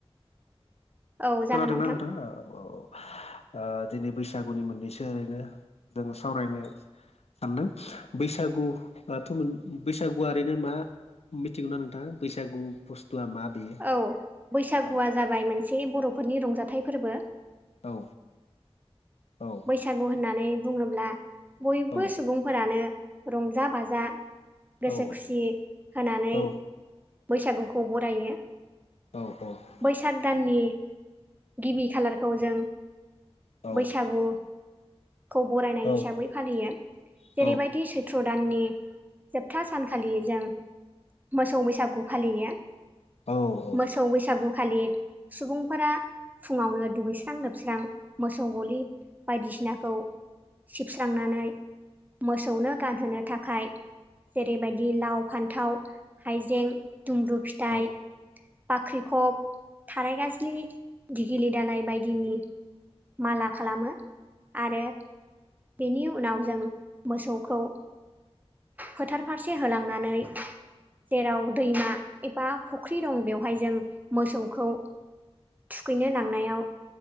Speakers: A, on the right; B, on the left.
A: औ जागोन
B: खोनादोंना
A: नोंथां
B: नोंथाङा औ ओ दिनै बैसागुनि मोननैसो ओरैनो जोङो सावरायनो सानदों बैसागुआथ' बैसागुआ ओरैनो मा मिथिगौ ना नोंथाङा बैसागु बुस्थुआ मा बेयो
A: औ बैसागुआ
B: औ
A: जाबाय मोनसे बर'फोरनि रंजाथाइ फोरबो
B: औ औ
A: बैसागु होननानै बुङोब्ला बयबो
B: औ
A: सुबुंफोरानो रंजा बाजा गोसो
B: औ
A: खुसि होनानै
B: औ
A: बैसागुखौ बरायो
B: औ
A: बैसाग दाननि गिबि खालारखौ जों
B: औ
A: बैसागुखौ बरायनाय
B: औ
A: हिसाबै फालियो
B: औ
A: जेरैबायदि सैथ सैत्र दाननि जोबथा सानखालि जों मोसौ बैसागु फालियो
B: औ
A: मोसौ बैसागुखालि सुबुंफोरा फुङावनो दुगैस्रां लोबस्रां मोसौ गलि बायदिसिनाखौ सिबस्रांनानै मोसौनो गानहोनो थाखाय जेरैबायदि लाव फान्थाव हाइजें दुम्ब्रु फिथाइ
B: औ
A: बाख्रिखब थाराय गाजलि धिगिलि दालाय बायदिनि माला खालामो आरो बेनि उनाव जों मोसौखौ फोथार फारसे होलांनानै जेराव दैमा एबा फुख्रि दं बेवहाय जों मोसौखौ थुखैनो लांनायाव